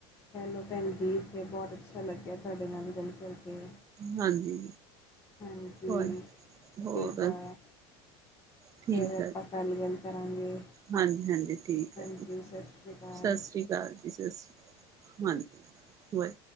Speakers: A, on the left; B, on the right.
A: ਹੈਲੋ ਭੈਣਜੀ, ਫੇਰ ਬਹੁਤ ਅੱਛਾ ਲੱਗਿਆ ਤੁਹਾਡੇ ਨਾਲ ਗੱਲ ਕਰਕੇ।
B: ਹਾਂਜੀ,
A: ਹਾਂਜੀ
B: ਹੋਰ, ਹੋਰ
A: ਠੀਕ ਆ
B: ਠੀਕ
A: ਫਿਰ ਆਪਾਂ
B: ਐ,
A: ਕੱਲ ਗੱਲ ਕਰਾਂਗੇ
B: ਹਾਂਜੀ, ਹਾਂਜੀ, ਠੀਕ
A: ਹਾਂਜੀ
B: ਐ ਜੀ‌,
A: ਸਤਿ ਸ਼੍ਰੀ ਅਕਾਲ
B: ਸਤਿ ਸ਼੍ਰੀ ਅਕਾਲ ਜੀ, ਸਤਿ ਸ਼੍ਰੀ, ਹਾਂਜੀ, ਵਾਹਿ